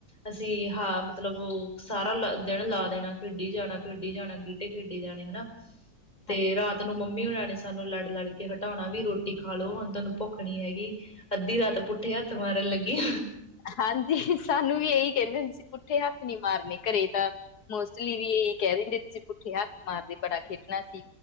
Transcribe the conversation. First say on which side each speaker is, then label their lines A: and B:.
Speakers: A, on the left; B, on the left.
A: ਅਸੀਂ ਹਾਂ ਮਤਲਬ ਉਹ ਸਾਰਾ ਲ ਦਿਨ ਲਾ ਦੇਣਾ, ਖੇਡੀ ਜਾਣਾ -ਖੇਡੀ ਜਾਣਾ, ਗੀਟੇ ਖੇਡੀ ਜਾਣੇ ਹਨਾ ਤੇ
B: ਹਾਂ
A: ਰਾਤ ਨੂੰ ਮੰਮੀ ਹੁਣਾ ਨੇ ਸਾਨੂੰ ਲੜ -ਲੜ ਕੇ ਹਟਾਉਣਾ ਵੀ ਰੋਟੀ ਖਾ ਲੋ ਹੁਣ ਤੁਹਾਨੂੰ ਭੁੱਖ ਨਹੀਂ ਹੈਗੀ ਅੱਧੀ ਰਾਤ ਪੁੱਠੇ ਹੱਥ ਮਾਰਨ ਲੱਗੀ
B: ਹਾਂਜੀ ਸਾਨੂੰ ਵੀ ਇਹੀ ਕਹਿੰਦੇ ਅਸੀਂ ਪੁੱਠੇ ਹੱਥ ਨੀ ਮਾਰਨੇ ਘਰੇ ਤਾਂ ਮੋਸਟਲੀ ਵੀ ਇਹੀ ਕਹਿ ਦਿੰਦੇ ਤੁਸੀਂ ਪੁੱਠੇ ਹੱਥ ਮਾਰਦੇ ਬੜਾ ਖੇਡਣਾ ਸੀ,